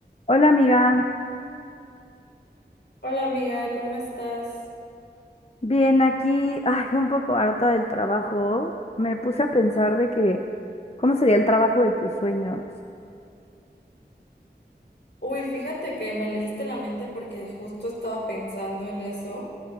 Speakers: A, on the left; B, on the left.
A: Hola amiga,
B: Hola amiga, ¿cómo estás?
A: bien aquí, ay, un poco harta del trabajo. Me puse a pensar de que, ¿cómo sería el trabajo de tus sueños?
B: Uy, fíjate que me leíste la mente porque justo estaba pensando en eso